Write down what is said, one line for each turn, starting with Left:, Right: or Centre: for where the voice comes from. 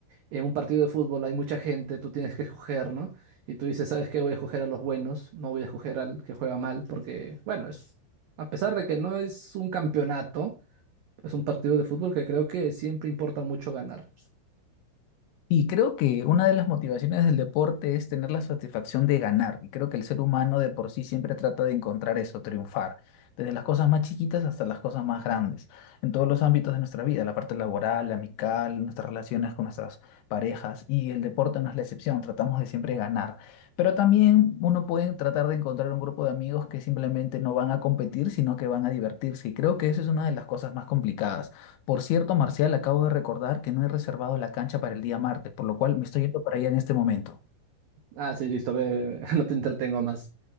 Right: en un partido de fútbol hay mucha gente, tú tienes que escoger, ¿no? Y tú dices, ¿sabes qué? Voy a escoger a los buenos, no voy a escoger al que juega mal, porque, bueno, es, a pesar de que no es un campeonato, es un partido de fútbol que creo que siempre importa mucho ganar.
Left: Y creo que una de las motivaciones del deporte es tener la satisfacción de ganar. Y creo que el ser humano de por sí siempre trata de encontrar eso, triunfar. Desde las cosas más chiquitas hasta las cosas más grandes. En todos los ámbitos de nuestra vida, la parte laboral, la amical, nuestras relaciones con nuestras parejas. Y el deporte no es la excepción, tratamos de siempre ganar. Pero también uno puede tratar de encontrar un grupo de amigos que simplemente no van a competir, sino que van a divertirse. Y creo que eso es una de las cosas más complicadas. Por cierto, Marcial, acabo de recordar que no he reservado la cancha para el día martes, por lo cual me estoy yendo para allá en este momento.
Right: Ah, sí, listo, ve, ve, ve, <laughs> no te entretengo más.